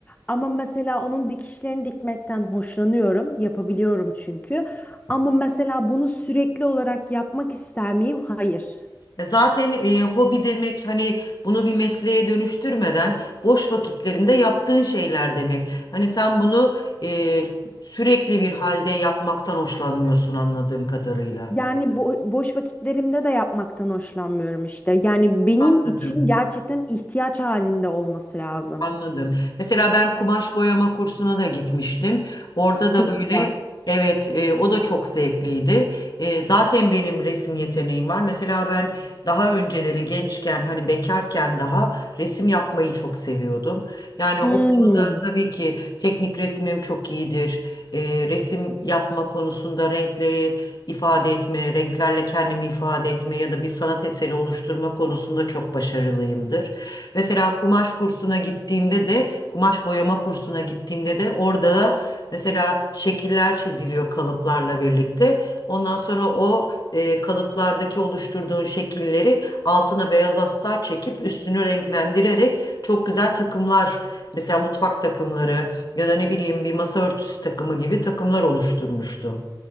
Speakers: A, on the left; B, on the left.
A: Ama mesela onun dikişlerini dikmekten hoşlanıyorum. Yapabiliyorum çünkü. Ama mesela bunu sürekli olarak yapmak ister miyim? Hayır.
B: E Zaten e, hobi demek hani bunu bir mesleğe dönüştürmeden boş vakitlerinde yaptığın şeyler demek. Hani sen bunu e, sürekli bir halde yapmaktan hoşlanmıyorsun anladığım kadarıyla.
A: Yani bo- boş vakitlerimde de yapmaktan hoşlanmıyorum işte. Yani benim
B: Anladım.
A: için gerçekten ihtiyaç halinde olması lazım.
B: Anladım. Mesela ben kumaş boyama kursuna da gitmiştim. Orada da
A: Çok
B: böyle
A: güzel.
B: evet e, o da çok zevkliydi. E, zaten benim resim yeteneğim var. Mesela ben daha önceleri gençken hani bekarken daha resim yapmayı çok seviyordum. Yani o
A: Hmm.
B: konuda tabii ki teknik resmim çok iyidir. E, resim yapma konusunda renkleri ifade etme, renklerle kendimi ifade etme ya da bir sanat eseri oluşturma konusunda çok başarılıyımdır. Mesela kumaş kursuna gittiğimde de, kumaş boyama kursuna gittiğimde de orada da mesela şekiller çiziliyor kalıplarla birlikte. Ondan sonra o e, kalıplardaki oluşturduğun şekilleri altına beyaz astar çekip üstünü renklendirerek çok güzel takımlar mesela mutfak takımları ya da ne bileyim bir masa örtüsü takımı gibi takımlar oluşturmuştum.